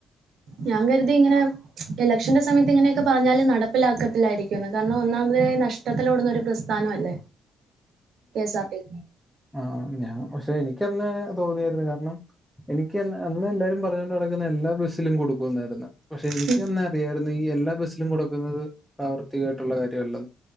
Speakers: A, on the right (about 70°); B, in the centre.
A: ഞാൻ കരുതി ഇങ്ങനെ ഇലക്ഷന്റെ സമയത്ത് ഇങ്ങനെയൊക്കെ പറഞ്ഞാല് നടപ്പിലാക്കത്തില്ലായിരിക്കുന്ന് കാരണം ഒന്നാമതായി നഷ് ട്ടത്തിലോടുന്ന ഒരു പ്രസ്ഥാനം അല്ലേ? കെസാർ ടി.
B: ആഹ് പിന്നെ ഞാൻ പക്ഷെ എനിക്കന്നെ തോന്നിയായിരുന്നു കാരണം എനി ക്ക് അന്ന് എല്ലാരും പറഞോണ്ട് നടക്കുന്നെ എല്ലാ ബസ്സിലും കൊടുക്കും എന്നായിരുന്നു പക്ഷെ എനിക്ക്
A: സി
B: അന്നെ അറിയാരുന്നു ഈ എല്ലാ ബസ്സിലും കൊടുക്കുന്നത് പ്രാവർത്തികമായിട്ടുള്ള കാര്യമല്ല.